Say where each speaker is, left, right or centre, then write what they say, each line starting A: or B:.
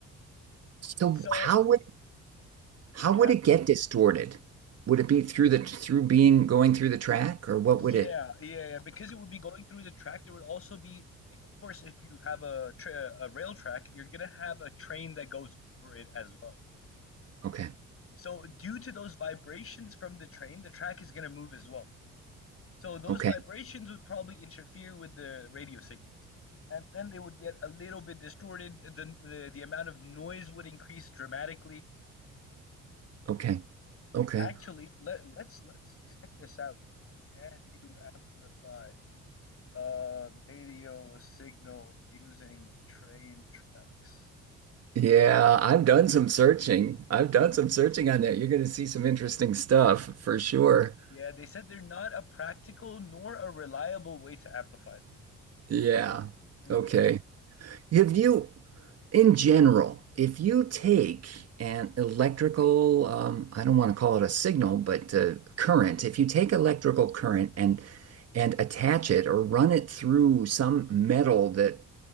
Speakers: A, on the right; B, on the left.
A: So
B: So
A: how would how
B: Yeah.
A: would it get distorted? Would it be through the through being going through the track or what
B: yeah,
A: would it?
B: yeah, yeah, because it would be going through the track, there would also be like, of course, if you have a tra a rail track, you're gonna have a train that goes over it as well.
A: Okay,
B: So due to those vibrations from the train, the track is gonna move as well. So those
A: okay,
B: vibrations would probably interfere with the radio signals. And then they would get a little bit distorted. The the, the amount of noise would increase dramatically.
A: okay, okay.
B: Actually, let let's let's check this out. Can you amplify uh radio signals using train tracks?
A: Yeah, I've done some searching. I've done some searching on that. You're going to see some interesting stuff for sure.
B: Yeah, they said they're not a practical nor a reliable way to amplify
A: Yeah.
B: them.
A: Okay.
B: hmm
A: If you, in general, if you take an electrical, um, I don't want to call it a signal, but uh, current, if you take electrical current and and attach it or run it through some metal that